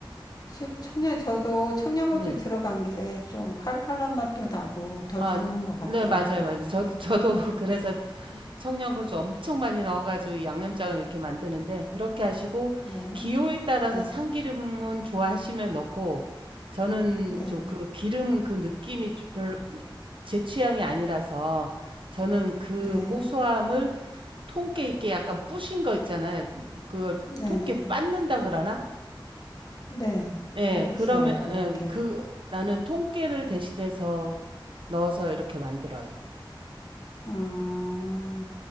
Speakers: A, on the left; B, on the right.
A: 확실히 청양, 저도 청양고추
B: 네.
A: 들어간 게 좀 칼칼한 맛도 나고 더
B: 아,
A: 좋은 것 같더라고요.
B: 네, 맞아요, 맞아요. 저, 저도 <laughs> 그래서 청양고추 엄청 많이 넣어가지고 양념장을 이렇게 만드는데, 그렇게 하시고,
A: 네,
B: 기호에 따라서
A: 네,
B: 참기름은 좋아하시면 넣고, 저는
A: 네.
B: 좀 그 기름 그 느낌이 좀 별로 제 취향이 아니라서 저는 그
A: 네,
B: 고소함을 통깨 있게 약간 뿌신 거 있잖아요. 그걸
A: 네네,
B: 통깨 빻는다 그러나?
A: 네,
B: 예,
A: 알겠어요.
B: 그러면
A: 이렇게.
B: 예, 그 나는 통깨를 대신해서 넣어서 이렇게 만들어요.
A: 아,